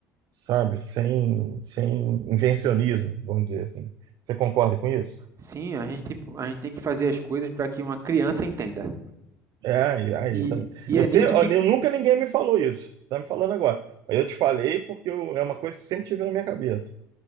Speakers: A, on the right (about 55°); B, on the right (about 40°).
A: sabe, sem, sem invencionismo, vamos dizer assim. Você concorda com isso?
B: Sim, a gente, tipo, a gente tem que fazer as coisas para que uma criança entenda.
A: É, aí, aí
B: E,
A: também.
B: e
A: Eu,
B: é
A: sei,
B: nisso
A: ó,
B: que
A: eu nunca ninguém me falou isso. Você está me falando agora. Aí eu te falei porque eu- é uma coisa que sempre tive na minha cabeça.